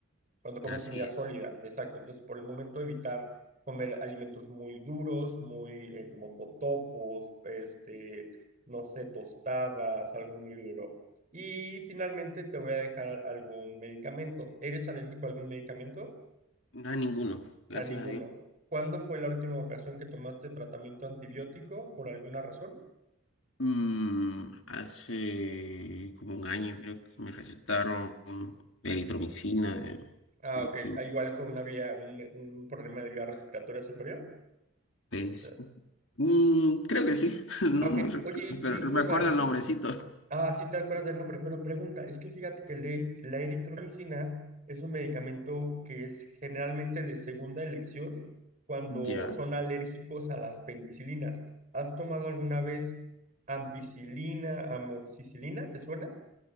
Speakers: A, on the right; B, on the left.
A: cuando comes
B: Así
A: comida
B: es.
A: sólida, exacto. Entonces, por el momento evitar comer alimentos muy duros, muy eh, como totopos, este, no sé, tostadas, algo muy duro. Y finalmente te voy a dejar algún medicamento. ¿Eres alérgico a algún medicamento?
B: No a ninguno, gracias
A: A ninguno.
B: a Dios.
A: ¿Cuándo fue la última ocasión que tomaste tratamiento antibiótico por alguna razón?
B: Mm, hace como un año creo que me recetaron eritromicina. eh,
A: Ah,
B: gente-
A: ok. Ah, Igual fue una vía, un, un problema de vía respiratoria superior.
B: es-
A: O sea,
B: mm, creo que sí, <laughs> no,
A: ah, ok.
B: no recuerdo,
A: Oye,
B: pero
A: y duda,
B: me acuerdo el nombrecito.
A: Ah, sí te acuerdas del nombre, pero pregunta, es que fíjate que la e- la eritromicina es un medicamento que es generalmente de segunda elección cuando
B: Ya.
A: son alérgicos a las penicilinas. ¿Has tomado alguna vez ampicilina, amoxicilina? ¿Te suena?